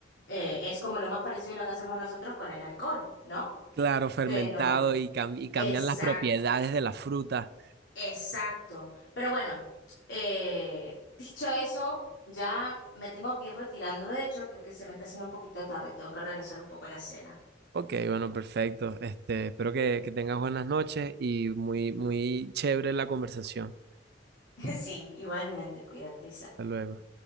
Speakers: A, on the left; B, on the right.
A: eh, es como lo más parecido a lo que hacemos nosotros con el alcohol, ¿no?
B: Claro, fermentado
A: Pero...
B: y, cam- y
A: Exacto,
B: cambian las propiedades de la fruta.
A: exacto. Pero bueno, eh, dicho eso, ya me tengo que ir retirando, de hecho, porque se me está haciendo un poquito tarde y tengo que organizar un poco la cena.
B: Ok, bueno, perfecto. Este, espero que, que tengas buenas noches y muy, muy chévere la conversación.
A: <laughs> Sí, igualmente, cuídate, Isa.
B: Hasta luego.